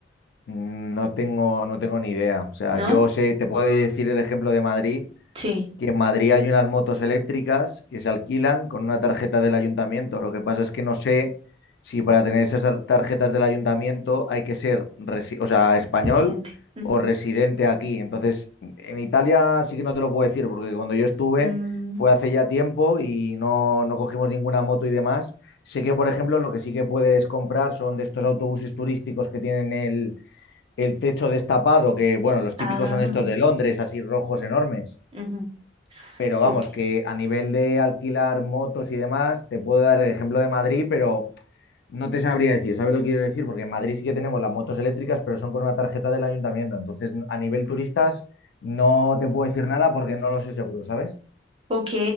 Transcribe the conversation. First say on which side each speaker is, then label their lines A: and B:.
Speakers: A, on the left; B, on the right.
A: Mm, No tengo, no tengo ni idea. O sea,
B: ¿No?
A: yo sé, te puedo decir el ejemplo de Madrid,
B: Sí,
A: que en Madrid hay unas motos eléctricas que se alquilan con una tarjeta del ayuntamiento. Lo que pasa es que no sé si para tener esas ar- tarjetas del ayuntamiento hay que ser, resi- o sea, español
B: presidente. Ujú.
A: o residente aquí. Entonces, en Italia sí que no te lo puedo decir, porque cuando yo estuve
B: Mm,
A: fue hace ya tiempo y no, no cogimos ninguna moto y demás. Sé que, por ejemplo, lo que sí que puedes comprar son de estos autobuses turísticos que tienen el el techo destapado, que bueno, los típicos
B: ah,
A: son estos de Londres, así rojos enormes.
B: ujú.
A: Pero vamos,
B: Ok.
A: que a nivel de alquilar motos y demás, te puedo dar el ejemplo de Madrid, pero no te sabría decir, ¿sabes lo que quiero decir? Porque en Madrid sí que tenemos las motos eléctricas, pero son con una tarjeta del ayuntamiento. Entonces, a nivel turistas, no te puedo decir nada porque no lo sé seguro, ¿sabes?
B: Ok,